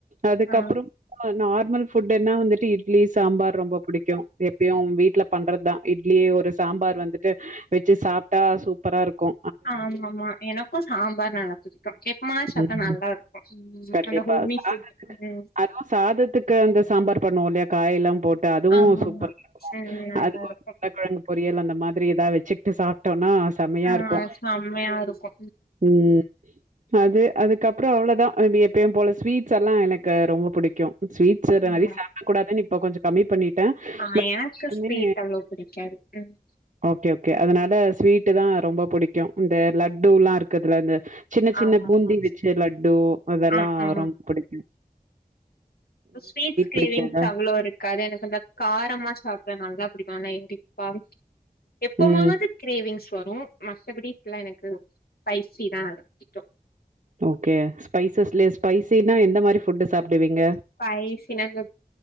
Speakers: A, on the right; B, on the left.
A: அதுக்கப்பறோ
B: ஆ
A: ப நார்மல் ஃபுட்னா வந்துட்டு இட்லி சாம்பார் ரொம்ப புடிக்கு எப்பயு வீட்ல பண்றது தா இட்லி ஒரு சாம்பார் வந்துட்டு வச்சு சாப்ட்டா சூப்பரா ருக்கு
B: ஆமமா எனக்கு சாம்பார் நல்லா புடிக்கு மா எப்பமாது
A: புடிக்கும்.
B: சாப்டா நல்லா இருக்கு ம்
A: கண்டிப்பா.
B: அந்த ஹோமி
A: சாதத்துக்கு
B: ஃபுட் ம்
A: அதுவும் சாதத்துக்கு அந்த சாம்பார் பண்ணுவோ இல்லையா காய் எல்லா போட் டு அதுவு
B: ஆமாமா
A: சூப்பர் இருக்கு
B: ம் நல்லா
A: அதுக்கு
B: இருக்கு
A: உருளகெழங்கு பொரியல் அந்த மாதிரி எதா வச்சுட்டு சாப்ட்டோனா செம்மையா
B: ஆ
A: இருக்கு
B: செம்மையா இருக்கு
A: ம் அது அதுக்கப்பறோ அவ்ளோதா அதுமி எப்பயு போல ஸ்வீட்ஸ் எல்லா எனக்கு ரொம்ப பிடிக்கு ஸ்வீட்ஸ்சு
B: ம்
A: நெற சாப்ட கூடாதுனு இப்ப கொஞ்சோ கம்மி பண்ணிட்டே
B: ஆ
A: பட்
B: எனக்கு
A: இருக்குமே
B: ஸ்வீட் அவ்ளோ புடிக்காது ம்
A: ஓகே ஓகே அதனால ஸ்வீட்டு தா ரொம்ப புடிக்கு இந்த லட்டுலா இருக்குதுல இந்த சின்ன சின்ன
B: ஆமாமா
A: பூந்தி வெச்ச லட்டு அதெல்லா
B: ஆ ஆ
A: ரொம்ப புடிக்கு
B: ஸ்வீட்ஸ் கிரேவிங்ஸ்
A: பிடிக்காதா?
B: அவ்வளோ இருக்காது எனக்கு கொஞ்ச காரமா சாப் ட நல்லா புடிக்கு <unintelligible> எப்பமாவது
A: ம்.
B: கிரேவிங்ஸ் வரு மத்தபடி இத்துல எனக்கு ஸ்பைசி தா புடிக்கு
A: ஓகே ஸ்பைசஸ்ல ஸ்பைசீனா எந்த மாரி ஃபுட்டு சாப்டுவீங்க
B: ஸ்பைசினா இந்த